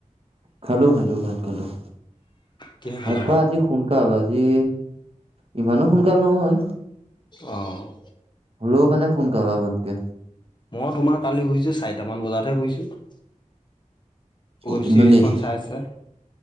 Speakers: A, on the right; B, on the left.
A: খালোঁ, খালোঁ, ভাত খালোঁ
B: কিহে খালা
A: ভাত খোৱা আজি সোনকাল হ'ল আজি ইমানো সোনকাল নহয়।
B: অ'
A: হলেও মানে সোনকালে আগতকে।
B: মই তোমাৰ কালি শুইছো, চাৰিটামান বজাতহে শুইছো
A: অ'
B: ৱেবছিৰিজখন
A: ইমান দেৰি
B: চাই- চাই।